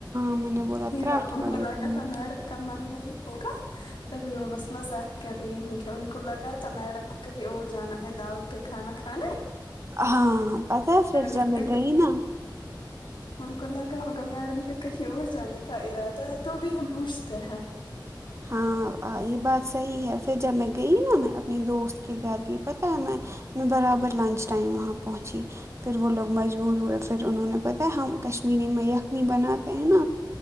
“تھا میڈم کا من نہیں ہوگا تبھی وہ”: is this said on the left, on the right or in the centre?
Left